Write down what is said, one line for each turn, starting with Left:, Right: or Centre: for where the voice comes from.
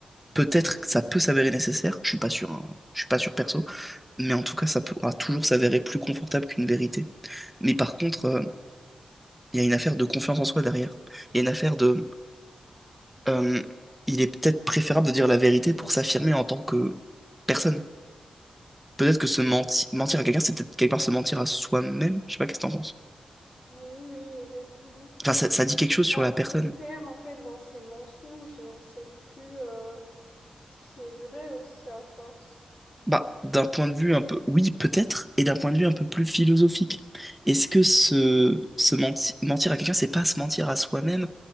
Centre: peut-être que ça peut s'avérer nécessaire, je suis pas sûr, hein, je suis pas sûr perso, mais en tout cas, ça pourra toujours s'avérer plus confortable qu'une vérité. Mais par contre, euh, il y a une affaire de confiance en soi derrière. Il y a une affaire de... euh, il est peut-être préférable de dire la vérité pour s'affirmer en tant que personne. Peut-être que se menti- mentir à quelqu'un, c'est peut-être quelque part se mentir à soi-même. Je sais pas qu'est-ce que t'en penses.
Left: Oui, oui, exactement.
Centre: Enfin, ça, ça dit quelque chose sur
Left: Bah,
Centre: la
Left: on
Centre: personne.
Left: se perd en fait dans ces mensonges et on sait plus euh, ce qui est vrai aussi à force.
Centre: Bah, d'un point de vue un peu, oui, peut-être, et d'un point de vue un peu plus philosophique. Est-ce que se, se menti- mentir à quelqu'un, c'est pas se mentir à soi-même